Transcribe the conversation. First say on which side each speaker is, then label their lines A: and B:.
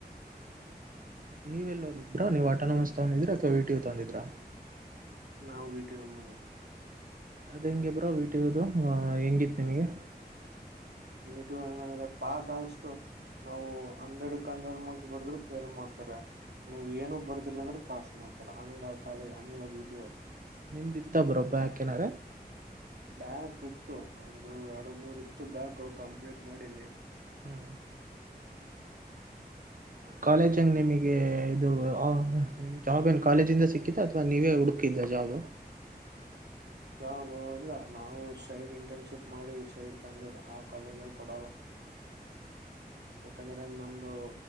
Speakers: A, on the right; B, on the right.
A: ನೀವೆ ಎಲ್ಲ ಓದಿದ್ರಾ ನೀವ್ ಆಟೋನೂಮಸ್ ತಗೊಂಡಿದ್ರ ಅಥ್ವಾ ವಿಟಿಯು ತಗಂದಿದ್ರಾ
B: ನಾವು ವಿಟಿಯೋ ಮಾಡ
A: ಅದ್ ಹೆಂಗಗೆ ಬ್ರೋ ವೀಟ ಇರುದು ಹೆಂಗಿತ್ ನಿಮಗೆ
B: ನೀಟ ಹೆಂಗಂದ್ರೆ ಪಾಸ್ ಆದಷ್ಟು ನಾವು ಹಂಡ್ರೆಡ್ ಕಂಡ್ರೆ ಮುಗಸ್ಬಡದ್ರು ಎಲ್ ಮಾಡ್ತಾರ ನೀವು್ ಏನೂ ಬರ್ದಿಲ್ಲ ಅಂದ್ರೆ ಪಾಸ್ ಮಾಡ್ತಾರ ಹಂಗ ಕಾಲೇಜ್ ಅಂಗ್ ಬಿ ಟಿಾಗ
A: ನಿಮ್ದ ಇತ್ತ ಬರೊಬ್ಬ ಯಾಕೇನಾರ
B: ಬ್ಯಾಕ್ ಇತ್ತು ಒಂದು ಎರಡು ಮೂರ್ ಇತ್ತು ಬ್ಯಾಕ್ ಕಂಪ್ಲೀಟ್ ಮಾಡೀನಿ
A: ಹ್ಮ್ ಕಾಲೇಜ್ ಹಂಗ ನಿಮಗೆ ಇದು ನಿಮ್ ಜಾಬ್ ಏನು ಕಾಲೇಜಿಂದ ಸಿಕ್ಕಿದ ಅಥವಾ ನೀವೇ ಹುಡುಕಿದ್ದ ಜಾಬ್
B: ಚಾಗ ಇಲ್ಲ ನಾವು ಸೈಡ್ ಇಂಟರ್ನ್ಶಿಪ್ ಮಾಡಿ ಸೈಡ್ ತಂಡಿರ ಆ ಕಾಲೇಜಲ್ಲಿ ಕೊಡಲ್ಲ ಯಾಕಂದ್ರೆ ನಮ್ದು